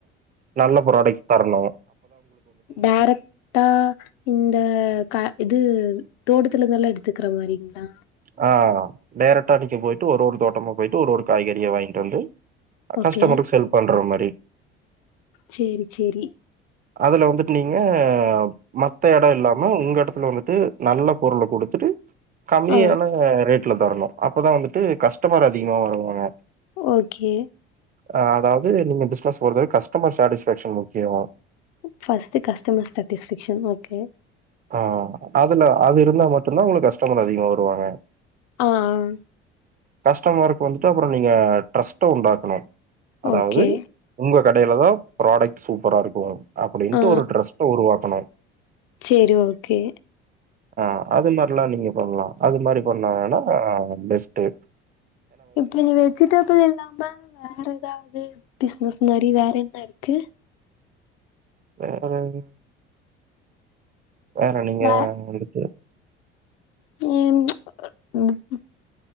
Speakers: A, on the right; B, on the left.
A: நல்ல ப்ராடக்ட் தர்ணு
B: டேரக்டா இந்த க இது தோட்டத்துலருந்து எல்லா எடுத்துக்ற மாரிங்களா
A: ஆஹ் டேரக்டா நீங்க போயிட்டு ஒரு ஒரு தோட்டமா போயிட்டு ஒரு ஒரு காய்கறிய வாங்கிட்டு வந்து
B: ஓகே
A: கஸ்டமருக்கு சேல் பண்ற மாரி
B: சேரி சேரி
A: அதுல வந்துட்டு நீங்க மத்த எடொ இல்லாம உங்க எடத்துல வந்துட்டு நல்ல பொருள குடுத்துட்டு கம்மியான
B: ஆ
A: ரேட் ல தர்ணு அப்பதா வந்துட்டு கஸ்டமர் அதிகமா வருவாங்க
B: ஓகே
A: அஹ் அதாது நீங்க பிசினஸ் போறது வரை கஸ்டமர் சாட்டிஸ்ஃபேக்க்ஷன் முக்கியம்
B: ஃபர்ஸ்ட் கஸ்டமர் சேட்டிஸ்ஃபேக்ஷன் ஓகே
A: ஆஹ் அதுல அது இருந்தா மட்டுந்தா உங்களுக்கு கஸ்டமர் அதிகமா வருவாங்க
B: ஆஹ்
A: கஷ்டமர்க்கு வந்துட்டு அப்றோ நீங்க ட்ரஸ்ட்ட உண்டாக்கணு அதாவ்து
B: ஓகே
A: உங்க கடையில தா ப்ராடக்ட் சூப்பரா இருக்கு அப்டின்ட்டு
B: ஆ
A: ஒரு ட்ரஸ்ட்ட உருவாக் கணு
B: சேரி ஓகே
A: ஆஹ் அது மாரிலா நீங்க பண்ணலா அது மாரி பண்ணா வேன்னா பெஸ்டு
B: இப்டி நீ வெஜிடபிள் இல்லாம வேற ஏதாவ்து பிசினஸ் இந்த மாரி வேற என்ன இருக்கு
A: வேற என்ன வேற நீங்க
B: வே
A: வந்துட்டு
B: <unintelligible>